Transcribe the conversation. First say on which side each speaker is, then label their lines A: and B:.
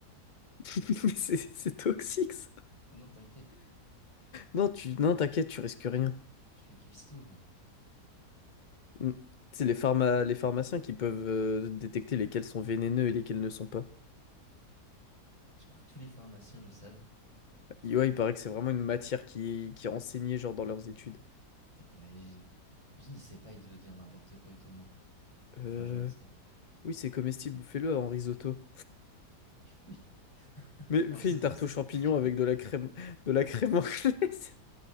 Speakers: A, on the left; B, on the left.
A: <laughs> Mais c'est c'est toxique, ça.
B: Non, t'inquiète,
A: Non, tu... non, t'inquiète, tu risques rien.
B: je suis cuistot moi.
A: Mm. C'est les pharma... les pharmaciens qui peuvent euh, détecter lesquels sont vénéneux et lesquels ne sont pas.
B: Tu crois que tous les pharmaciens le savent?
A: Et Ouais, il paraît que c'est vraiment une matière qui, qui est enseignée, genre, dans leurs études.
B: Putain, imagine. Imagine, il sait pas, il veut dire n'importe quoi, il te ment pour
A: Euh...
B: faire genre il sait.
A: Oui, c'est comestible, fais-le en risotto.
B: Oui, <laughs>
A: Mais
B: en risotto,
A: fais une tarte
B: ça
A: aux
B: c'est
A: champignons
B: très bon.
A: avec de la
B: <laughs>
A: crème, de la crème anglaise,